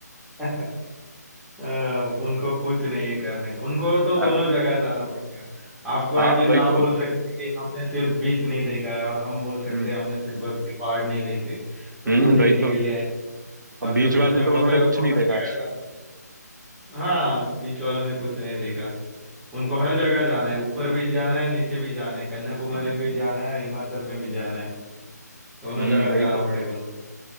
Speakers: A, in the centre; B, on the right.
A: <laughs> अ, उनको कुछ नहीं है करने को उनको तो
B: आ,
A: दोनों जगह जाना पड़ेगा आपको
B: हाँ
A: एटलीस्ट
B: वही
A: आप
B: तो
A: बोल सकते हैं कि हमने सिर्फ बीच नहीं देखा है और हम बोल सकते
B: हम्म
A: हैं हमने सिर्फ बर्फ के पहाड़ नहीं देखे तो
B: हम्म
A: वो देखने
B: वही तो
A: के लिए आए हैं।
B: और
A: और
B: बीच
A: जो बीच
B: वाले
A: में
B: तो
A: फंसा
B: उन्होंने
A: है उसको
B: कुछ नहीं
A: हर
B: देखा
A: जगह जाना है। हाँ बीच वालों ने कुछ नहीं देखा उनको हर जगह जाना है ऊपर भी जाना है नीचे भी जाना है कन्याकुमारी
B: हम्म
A: भी जाना है हिमाचल में भी जाना है दोनों
B: हम्म,
A: जगह
B: वही
A: जाना
B: तो
A: पड़ेगा उनको